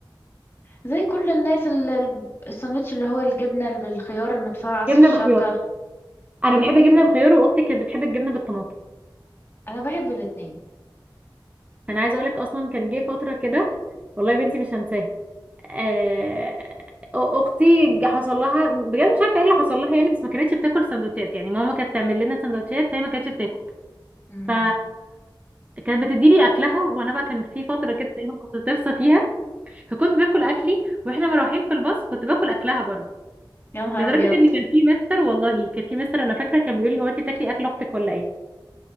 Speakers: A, on the left; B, on the right.
A: زي كل الناس ال- ال- الساندوتش اللي هو الجبنة اللي بالخيار المتفعص
B: جبنه
A: في الشنطة
B: بخيار انا بحب الجبنه بخيار واختي كانت بتحب الجبنه بالطماطم
A: أنا بحب الاتنين
B: انا عايزه اقول لك اصلا كان جه فتره كده والله يا بنتي مش هنساها آه، اختي حصل لها بجد مش عارفه ايه اللي حصل لها يعني بس ما كانتش بتاكل سندوتشات يعني ماما كانت تعمل لنا سندوتشات فهي ما كانتش بتاكل
A: مم.
B: ف كانت بتديلي اكلها وانا بقى كان في فتره كده دايما كنت تفصى فيها فكنت باكل اكلي واحنا مروحين في الباص كنت باكل اكلها برضه
A: يا نهار
B: لدرجه
A: أبيض
B: ان كان في مستر والله كان في مستر انا فاكره كان بيقول لي هو انت بتاكلي اكل اختك ولا ايه